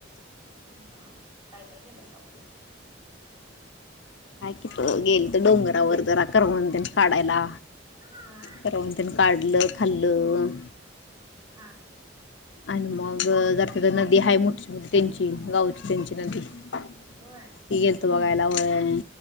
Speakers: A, on the right; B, on the left.
A: म काय काय केलयसा म ते
B: हाय की तो गेलतो डोंगर वर जरा करवंद तेन काढायला,
A: हा
B: करवंद तेन काढलं खाल्ल ल
A: हा.
B: आणि मग जर तिथ नदी हाय मोठीची मोठी त्यांची गावची त्यांची नदी ती
A: होय
B: गेलतो बघायला. जावय